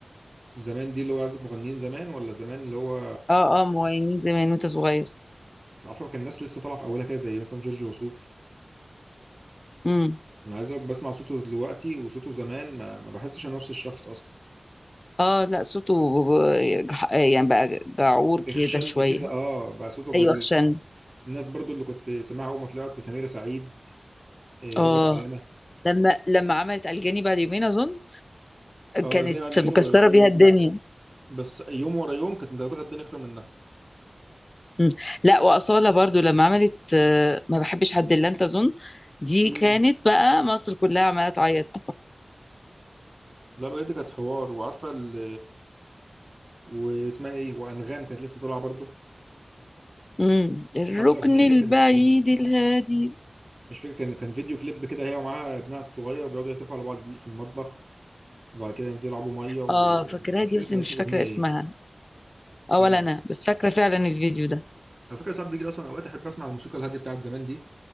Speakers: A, on the right; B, on the left.
A: زمان دي اللي هو عازف مغنيين زمان ولا زمان اللي هو
B: اه اه مغنيين زمان وانت صغير
A: عارفه كان الناس لسه طالعه في اولها كده زي مثلا جورج وسوف
B: امم
A: انا عايز أقولك بسمع صوته دلوقتي وصوته زمان ما, ما بحسش انا نفس الشخص اصلا
B: اه لا صوته جح- يعني بقى جعور
A: اخشن
B: كده شوية
A: كده اه بقى صوته غريب
B: ايوه خشن
A: الناس برضو اللي كنت سامعها اول ما طلعت سميرة سعيد آه،
B: اه
A: راغب علامة
B: لما لما عملت الجاني بعد يومين اظن
A: اه
B: كانت
A: الباقي عالمين
B: مكسرة
A: ولا
B: بيها الدنيا
A: بس يوم ورا يوم كانت مدغدغة الدنيا اكتر منها
B: مم. لا وأصالة برضو لما عملت آه، ما بحبش حد الا انت اظن دي
A: امم
B: كانت بقى مصر كلها عمالة تعيط
A: لا بجد كانت حوار وعارفة ال... واسمها ايه وانغام كانت لسه طالعة برضو
B: مم. الركن
A: كانت عاملة اغنية
B: البعيد
A: كده كان كان-
B: الهادي
A: مش فاكر كان كان فيديو كليب كده هي ومعاها ابنها الصغير بيقعدوا يحتفلوا على بعض في المطبخ وبعد كده ينزلوا يلعبوا ميه ومش
B: اه فاكراها
A: مش
B: دي
A: فاكر
B: بس
A: كان
B: مش
A: اسم الاغنيه
B: فاكرة اسمها
A: ايه
B: اه
A: اه
B: ولا انا
A: بس
B: بس فاكرة فعلا الفيديو ده
A: على فكره ساعات بيجي لي اصلا اوقات احب اسمع الموسيقى الهاديه بتاعت زمان دي